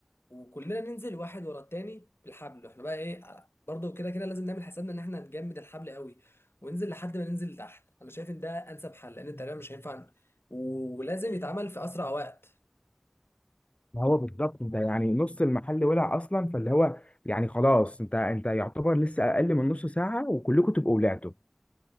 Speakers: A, on the left; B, on the left.
A: وكلنا ننزل واحد ورا التاني بالحبل احنا بقى ايه برضه كده كده لازم نعمل حسابنا ان احنا هنجمد الحبل قوي وننزل لحد ما ننزل لتحت انا شايف ان ده انسب حل لان تقريبا مش هينفع ولازم يتعمل في اسرع وقت
B: هو بالظبط انت يعني نص المحل ولع اصلا فاللي هو يعني خلاص انت انت يعتبر لسه اقل من نص ساعه وكلكم تبقوا ولعتوا